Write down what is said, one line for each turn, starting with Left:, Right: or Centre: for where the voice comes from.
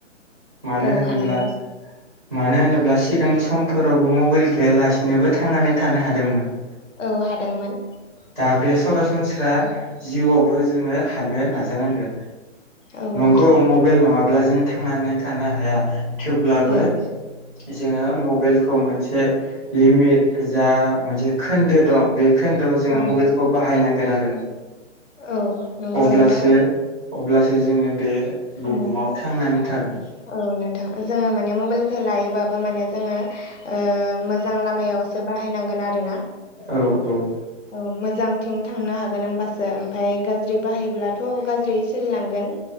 Centre: मानो
Left: औ औ
Centre: होनोब्ला
Left: हानांगोन।
Centre: मानो होनोब्ला सिगांनि समफोरावबो मबाइल गैयालासिनोबो थांनानै थानो हादोंमोन।
Left: औ हादोंमोन।
Centre: दा बे सरासनस्रा जिउआवबो जोङो हानो नाजानांगोन।
Left: औ नोंथां
Centre: नंगौ मबाइल नङाब्ला जों थांनानै थानो हाया। थेवब्लाबो
Left: औ
Centre: जोङो मबाइलखौ मोनसे लिमिट जा मोनसे खोन्दो दं। बे खोन्दोआव जोङो
Left: औ
Centre: मबाइलखौ बाहायनांगोन आरो
Left: औ नंगौ
Centre: अब्लासो
Left: नोंथां
Centre: अब्लासो जोङो बे बुहुमाव
Left: उम
Centre: थांनानै थागोन।
Left: औ नोंथां जोङो माने मबाइलखौ लायोबाबो माने जोङो ओ। मोजां लामायावसो बाहायनांगोन आरोना।
Centre: औ औ
Left: औ मोजांथिं थांनो हागोन होमबासो ओमफाय गाज्रि बाहायोब्लाथ' गाज्रि सोलिलांगोन।